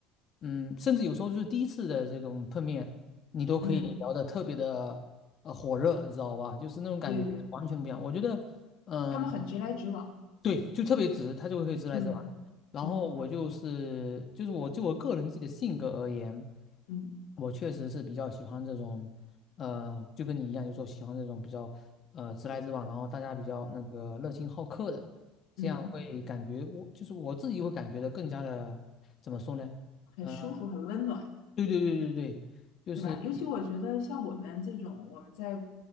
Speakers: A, on the left (about 40°); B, on the left (about 85°).
A: 嗯，甚至有时候就是第一次的这种碰面，你都可以聊得特别的呃火热，
B: 嗯，
A: 你知道吧？就是那种感觉完全不一样。
B: 对对，
A: 我觉得嗯。
B: 他们很直来直往，
A: 对，就特别直，他就会直来直往的。
B: 嗯
A: 然后我就是就是我就我个人自己的性格而言，
B: 嗯嗯嗯嗯。
A: 我确实是比较喜欢这种，呃，就跟你一样，就说喜欢这种比较呃直来直往，然后大家比较那个热情好客的。这样会感觉我就是我自己会感觉的更加的怎么说呢？
B: 嗯很舒服，
A: 呃，
B: 很温暖，
A: 对对对对对，就是
B: 是吧？尤其我觉得像我们这种，我们在